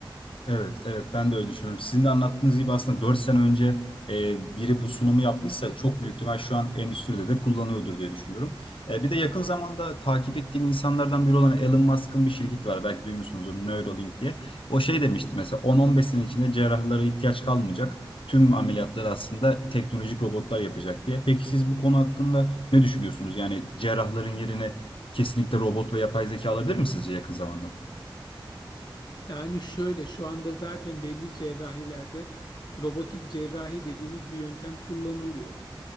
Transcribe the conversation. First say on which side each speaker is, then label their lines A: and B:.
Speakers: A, on the left (about 80°); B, on the left (about 55°).
A: Evet, evet ben de öyle düşünüyorum. Sizin de anlattığınız gibi aslında 4 sene önce e, biri bu sunumu yapmışsa çok büyük ihtimal şu an endüstride de kullanıyordur diye düşünüyorum. E, bir de yakın zamanda takip ettiğim insanlardan biri olan Elon Musk'ın bir şirketi var. Belki duymuşsunuzdur Neuralink diye. O şey demişti mesela 10-15 sene içinde cerrahlara ihtiyaç kalmayacak. Tüm ameliyatları aslında teknolojik robotlar yapacak diye. Peki siz bu konu hakkında ne düşünüyorsunuz? Yani cerrahların yerine kesinlikle robot ve yapay zeka alabilir mi sizce yakın zamanda?
B: Yani şöyle şu anda zaten belli cerrahilerde robotik cerrahi dediğimiz bir yöntem kullanılıyor.